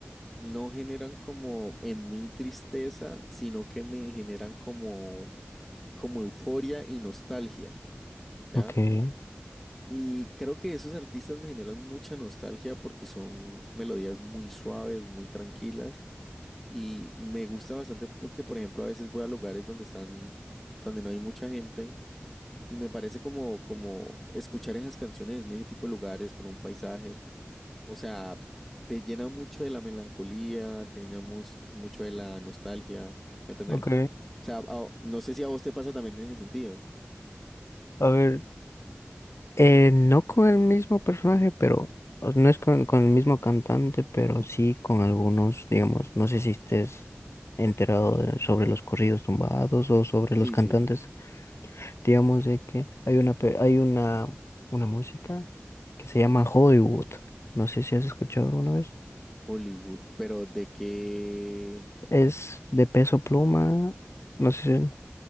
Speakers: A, in the centre; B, on the left.
A: no generan como en mí tristeza, sino que me generan como, como euforia y nostalgia, ¿ya?
B: Okay.
A: Y creo que esos artistas me generan mucha nostalgia porque son melodías muy suaves, muy tranquilas y me gusta bastante porque, por ejemplo, a veces voy a lugares donde están, donde no hay mucha gente y me parece como, como escuchar esas canciones en ese tipo de lugares con un paisaje O sea, te llena mucho de la melancolía, te llena mus- mucho de la nostalgia, ¿me entendés?
B: Ok,
A: O sea, a- no sé si a vos te pasa también en ese sentido.
B: a ver, eh, no con el mismo personaje, pero o- no es con, con el mismo cantante, pero sí con algunos, digamos, no sé si estés enterado de- sobre los corridos tumbados o sobre
A: Sí,
B: los cantantes,
A: sí.
B: digamos de que hay una pe- hay una una música que se llama
A: Ujú.
B: Hollywood. No sé si has escuchado alguna vez.
A: Hollywood, pero de qué...
B: Es de Peso Pluma, no sé si,